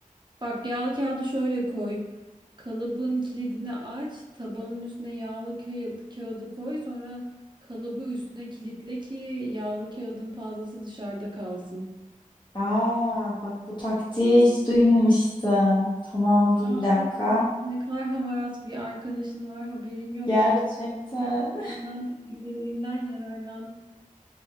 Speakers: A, on the right; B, on the left.
A: Bak yağlı kağıdı şöyle koy. Kalıbın kilidini aç, tabanın üstüne yağlı kağıdı, kağıdı koy, sonra kalıbı üstüne kilitle ki yağlı kağıdın fazlası dışarıda kalsın.
B: Aa, bak bu taktiği hiç duymamıştım. Tamam,
A: Ya,
B: dur bir dakika.
A: ne kadar hamarat bir arkadaşın var haberin yok.
B: Gerçekten.
A: Benim bilgilerimden, tecrübelerimden yararlan.